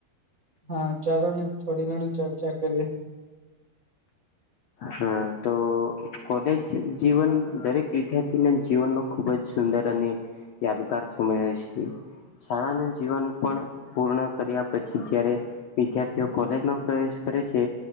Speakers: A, on the right; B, on the left.
A: હા ચાલો ને થોડી ઘણી ચર્ચા કરીએ.
B: હા તો કોલેજ જીવન દરેક વિદ્યાર્થીના જીવનનો ખુબ જ સુંદર અને યાદગાર સમય હશે. શાળાનું જીવન પણ પૂર્ણ કર્યા પછી જયારે વિદ્યાર્થીઓ કોલેજમાં પ્રવેશ કરે છે